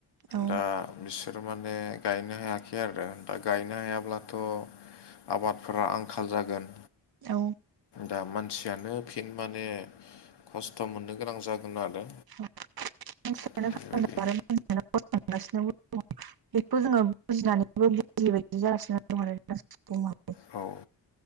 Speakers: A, on the right; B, on the left.
A: औ
B: दा बिसोरो माने गायनो हायाखै आरो दा गायनो हायाब्लाथ आबादफोरा आंखाल जागोन
A: औ
B: दा मानसियानो फिन माने खस्थ मोननो गोनां जागोन आरो
A: <unintelligible> बेखौ
B: बेबायदि
A: जोङो बुजिनानैबो बुजिबायायदि जागासिनो दं आरो <unintelligible>
B: औ